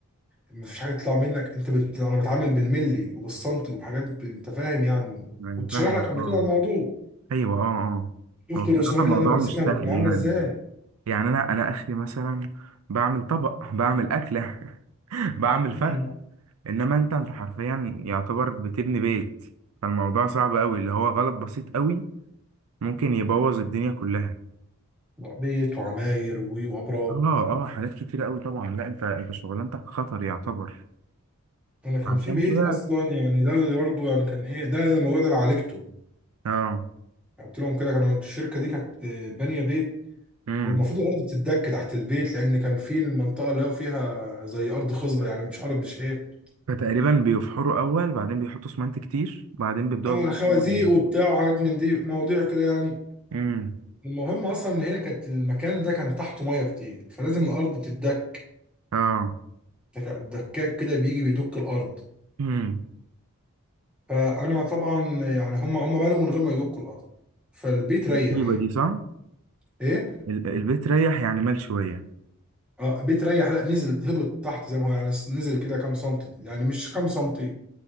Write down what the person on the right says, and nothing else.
يعني
فاهم
اه
ايوه اه
اه هو بصراحة
الموضوع
مش سهل
يعني
يعني انا انا اخري مثلا بعمل طبق بعمل اكلة <laughs> بعمل
فرخة انما انت انت حرفيا يعتبر بتبني بيت فالموضوع صعب قوي اللي هو غلط بسيط قوي ممكن يبوظ الدنيا كلها
اه اه حاجات كتيرة قوي طبعا لا انت انت شغلانتك خطر يعتبر
عشان
كده
اه
امم
فتقريبا بيفحروا اول بعدين بيحطوا اسمنت كتير بعدين بيبداوا
بقى
امم
اه
امم
مصيبة دي صح
ال- البيت ريح يعني مال شوية